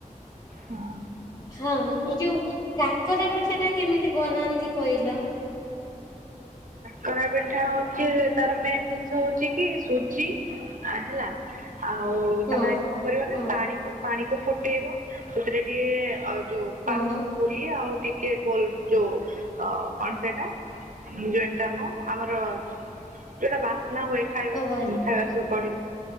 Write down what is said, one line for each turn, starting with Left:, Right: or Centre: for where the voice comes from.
Right: ହଁ।
Left: ହଁ ଏଇ ଯୋଉ କାକରା ପିଠା ଟା କେମିତି କରନ୍ତି କହିଲ
Right: କାକରା ପିଠା ଅଛି ତାର ମେନ୍ ଜିନିଷ ହଉଛି କି ସୁଜି ଆ ହେଲା ଆଉ
Left: ହଁ
Right: ତମେ ଆ କଣ କର ନା
Left: ହଁ
Right: ପାଣିକୁ ପାଣି କୁ ଫୁଟେଇବ ସେଥିରେ ଟିକେ ଯଉ
Left: ହଁ
Right: ପାନମହୁରି ଆଉ ଟିକେ ଗୋଲ ଯୋଉ ଅ କଣ ସେଇଟା ଯୋଉଟ ଆମର ଯୋଉଟା ବାସ୍ନା ହୁଏ ଖାଇବା
Left: କଣ କହିଲ
Right: ଖାଇବାର ସବୁ ପଢିଲେ